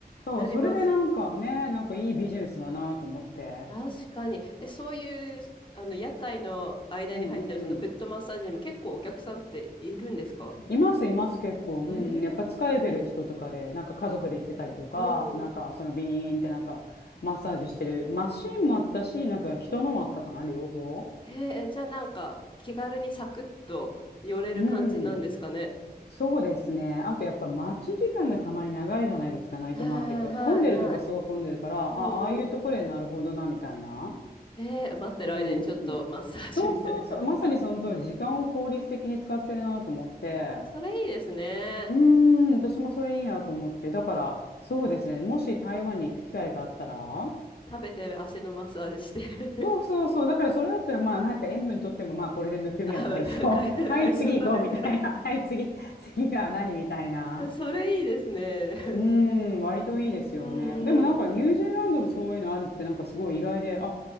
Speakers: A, on the left; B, on the left.
A: そう、
B: なります。
A: それでなんかね、なんかいいビジネスだなと思って。
B: 確かに。え、そういう、あの、屋台の間に入ってるそのフットマッサージにも結構お客さんっているんですか
A: うんうん。います、います、結構。うん、
B: へえ。
A: やっぱ疲れてる人とかで、なんか家族で行ってたりとか、
B: うん
A: なんかそのビーンってなんかマッサージしてるマシーンもあったし、なんか人のもあったかな、両方。
B: へえ、じゃあなんか気軽にサクッと寄れる感じなんですかね。
A: うん、そうですね。あとやっぱ待ち時間がたまに長いじゃないですか、ナイトマーケットは。
B: はいはいはい。
A: 混んでるとこはすごい混んでるから、
B: うんうん。
A: あ、ああいうところでなるほどな、みたいな。
B: へえ、待ってる間にちょっとマッサージみたいな。
A: うんうんうん。そうそうそう、まさにその通り、時間を効率的に使ってるなと思って。
B: <laughs> それいいですね。
A: うーん、私もそれいいなと思って。だから、そうですね。もし台湾に行く機会があったら、
B: 食べて足のマッサージして。
A: そうそうそう。
B: <laughs>
A: だからそれだったら、まあなんか塩分とっても、まあこれでむくみは解消。
B: あ、だ解、
A: <laughs> はい、
B: 解消されて。
A: 次行こうみたいな。<laughs> はい、次、<laughs> 次は何みたいな。
B: <laughs> それいいですね。
A: うーん、割といいですよね。
B: うんう
A: でもなんかニュージーランドもそういうのあるってなんかすごい意外で、
B: んうん。
A: あ、